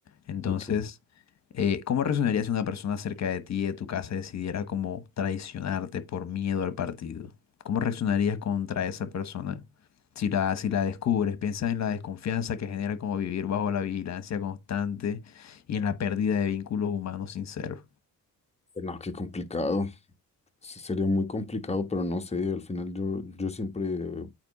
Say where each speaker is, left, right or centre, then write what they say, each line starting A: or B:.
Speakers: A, on the left; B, on the left.
A: Entonces,
B: Ok.
A: eh, ¿cómo reaccionaría si una persona cerca de ti, de tu casa, decidiera como traicionarte por miedo al partido? ¿Cómo reaccionarías contra esa persona? Si la, si la descubres, piensa en la desconfianza que genera como vivir bajo la vigilancia constante y en la pérdida de vínculos humanos sinceros.
B: No, qué complicado. Sí, Sería muy complicado, pero no sé, al final yo, yo siempre,